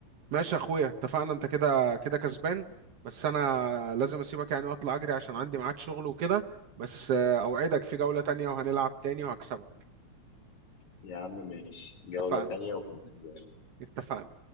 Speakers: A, on the right (about 60°); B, on the left (about 80°).
A: ماشي يا اخويا اتفقنا انت كده كده كسبان بس انا لازم اسيبك يعني واطلع اجري عشان عندي ميعاد شغل وكده بس آه، اوعدك في جولة تانية وهنلعب تاني وهكسبك
B: يا عم ماشي جولة
A: اتفقنا
B: تانية وفي انتظار
A: اتفقنا